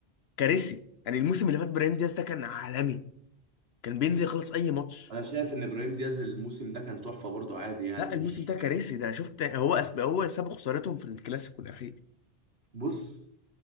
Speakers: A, on the left; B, on the right.
A: كارثي يعني الموسم اللي فات ابراهيم دياز ده كان عالمي كان بينزل يخلص اي ماتش
B: انا شايف ان ابراهيم دياز الموسم ده كان تحفه برضو عادي يعني
A: لا
B: مش
A: الموسم ده كارثي ده شفت هو أسب... هو سبب خسارتهم في الكلاسيكو الاخير
B: بص